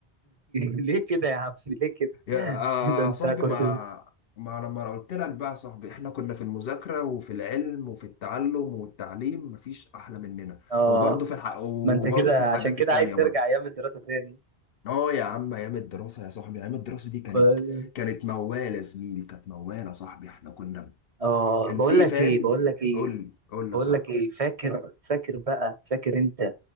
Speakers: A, on the right; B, on the left.
A: ليه كده يا عم ليه كده
B: يا
A: <laughs>
B: آه
A: ده انت
B: آه، صاحبي
A: كنت
B: ما ما لما انا قلت لك بقى يا صاحبي احنا كنا في المذاكره وفي العلم وفي التعلم والتعليم مفيش احلى مننا
A: اه
B: وبرضه في الح... وبرضه
A: ما انت كده
B: في الحاجات
A: عشان كده
B: التانيه
A: عايز ترجع
B: برضه
A: ايام الدراسه تاني
B: اه يا عم ايام الدراسه يا صاحبي ايام الدراسه دي كانت
A: كويس.
B: كانت موالة يا زميلي كانت موالة يا صاحبي احنا كنا
A: اه
B: كان
A: بقول
B: في
A: لك
B: فاهم
A: ايه بقول لك ايه
B: قول لي قول لي
A: بقول
B: يا صاحبي
A: لك ايه فاكر فاكر بقى فاكر انت